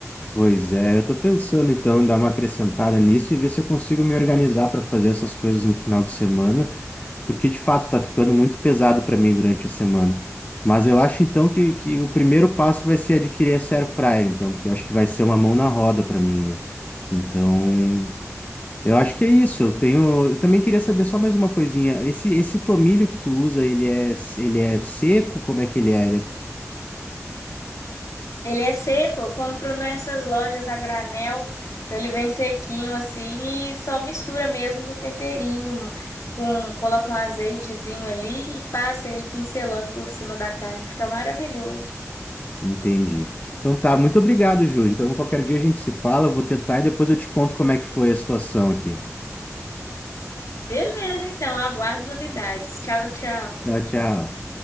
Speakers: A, on the left; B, on the left.
A: Pois é, eu tô pensando então em dar uma acrescentada nisso e ver se eu consigo me organizar para fazer essas coisas no final de semana, porque de fato tá ficando muito pesado para mim durante a semana. Mas eu acho então que, que o primeiro passo vai ser adquirir essa air fryer, então, porque eu acho que vai ser uma mão na roda para mim, né? Então, eu acho que é isso. Eu tenho, eu também queria saber só mais uma coisinha. Esse esse tomilho que tu usa, ele é ele é seco? Como é que ele é?
B: Ele é seco, eu compro nessas lojas a granel, então ele vem sequinho assim e só mistura mesmo no temperinho, com, coloca um azeitezinho ali e passa ele pincelando por cima da carne, fica maravilhoso.
A: Entendi. Então tá, muito obrigado, Júlio. Então qualquer dia a gente se fala, eu vou tentar e depois eu te conto como é que foi a situação aqui.
B: Beleza, então, aguardo novidades. Tchau, tchau.
A: Tchau, tchau.